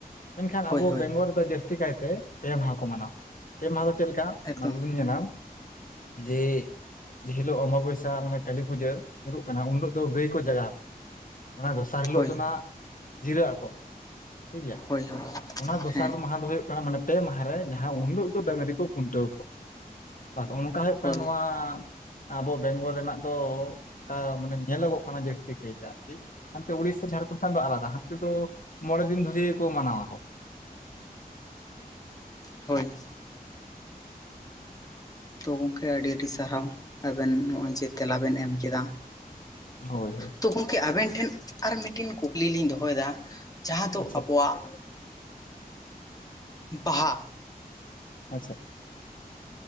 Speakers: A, on the left; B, on the left.
A: ᱢᱮᱱᱠᱷᱟᱱ
B: ᱦᱳᱭ
A: ᱟᱵᱚ
B: ᱦᱳᱭ
A: ᱵᱮᱝᱜᱚᱞ ᱨᱮᱫᱚ ᱡᱟᱹᱥᱛᱤ ᱠᱟᱭᱛᱮ ᱯᱮ ᱢᱟᱦᱟ ᱠᱚ ᱢᱟᱱᱟᱣᱟ᱾ ᱯᱮ ᱢᱟᱦᱟ ᱫᱚ ᱪᱮᱫ ᱞᱮᱠᱟ?
B: ᱮᱠᱫᱚᱢ
A: ᱚᱱᱟ ᱫᱚᱵᱤᱱ ᱧᱮᱞᱟ, ᱡᱮ ᱡᱮᱦᱤᱞᱳᱜ ᱚᱢᱵᱽᱟ ᱵᱚᱭᱥᱟ ᱢᱟᱱᱮ ᱠᱟᱹᱞᱤᱯᱩᱡᱟᱹ ᱧᱩᱨᱩᱜ ᱠᱟᱱᱟ᱾ ᱩᱱᱞᱳᱜ ᱫᱚ ᱜᱟᱹᱭ ᱠᱚ ᱡᱟᱜᱟᱣ᱾ ᱚᱱᱟ ᱫᱚᱥ ᱥᱟᱨ ᱦᱤᱞᱳᱜ
B: ᱦᱳᱭ
A: ᱫᱚ ᱦᱟᱜ ᱡᱤᱨᱟᱹᱜ ᱟᱠᱚ᱾ ᱴᱷᱤᱠᱜᱮᱭᱟ,
B: ᱦᱳᱭ ᱦᱳᱭ
A: ᱚᱱᱟ ᱫᱚᱥᱟᱨ
B: ᱦᱮᱸ
A: ᱢᱟᱦᱟ ᱫᱚ ᱦᱩᱭᱩᱜ ᱠᱟᱱᱟ᱾ ᱢᱟᱱᱮ ᱯᱮ ᱢᱟᱦᱟ ᱨᱮ ᱡᱟᱦᱟᱸ ᱩᱱᱞᱳᱜᱷ ᱛᱳ ᱰᱟᱹᱝᱨᱤ ᱠᱚ ᱠᱷᱩᱱᱴᱟᱹᱣ ᱠᱚᱣᱟ᱾ ᱵᱟᱥ ᱚᱱᱠᱟ ᱦᱩᱭᱩᱜ
B: ᱦᱳᱭ
A: ᱠᱟᱱᱟ ᱱᱚᱣᱟ ᱟᱵᱚ ᱵᱮᱝᱜᱚᱞ ᱨᱮᱱᱟᱜ ᱫᱚ ᱚᱱᱠᱟ ᱢᱟᱱᱮ ᱧᱮᱞᱚᱜᱚᱜ ᱠᱟᱱᱟ ᱡᱟᱹᱥᱛᱤ ᱠᱟᱭᱛᱮ ᱟᱨᱠᱤ᱾ ᱦᱟᱱᱛᱮ ᱩᱲᱤᱥᱥᱟ ᱡᱷᱟᱲᱠᱷᱚᱸᱰ ᱥᱮᱱ ᱫᱚ ᱟᱞᱟᱫᱟ, ᱦᱟᱱᱛᱮ ᱫᱚ ᱢᱚᱬᱮ ᱫᱤᱱ ᱫᱷᱚᱨᱮ ᱠᱚ ᱢᱟᱱᱟᱣᱟ ᱠᱚ᱾
B: ᱦᱳᱭ ᱛᱚ ᱜᱚᱢᱠᱮ ᱟᱹᱰᱤ ᱟᱹᱰᱤ ᱥᱟᱨᱦᱟᱣ ᱟᱵᱮᱱ ᱱᱚᱜᱼᱚᱭ ᱡᱮ ᱛᱮᱞᱟ ᱵᱮᱱ ᱮᱢ ᱠᱮᱫᱟ᱾
A: ᱦᱳᱭ ᱦᱳᱭ
B: ᱛᱚ ᱜᱚᱢᱠᱮ ᱟᱵᱮᱱ ᱴᱷᱮᱱ ᱟᱨ ᱢᱤᱫᱴᱮᱱ ᱠᱩᱠᱞᱤ ᱞᱤᱧ ᱫᱚᱦᱚᱭᱮᱫᱟ᱾ ᱡᱟᱦᱟᱸ ᱫᱚ
A: ᱟᱪᱪᱷᱟ
B: ᱟᱵᱚᱣᱟᱜ ᱵᱟᱦᱟ
A: ᱟᱪᱪᱷᱟ